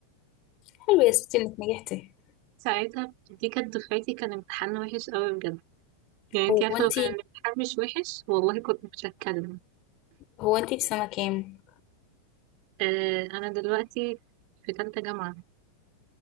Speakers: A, on the left; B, on the right.
A: حلو يا ستي انك نجحتي
B: ساعتها دي كانت دفعتي كان امتحان وحش قوي بجد يعني انتي
A: هو
B: عارفة
A: انتي
B: لو كان الامتحان مش وحش والله كنت مش هتكلم
A: هو انتي في سنة كام
B: آه انا دلوقتي في تالتة جامعة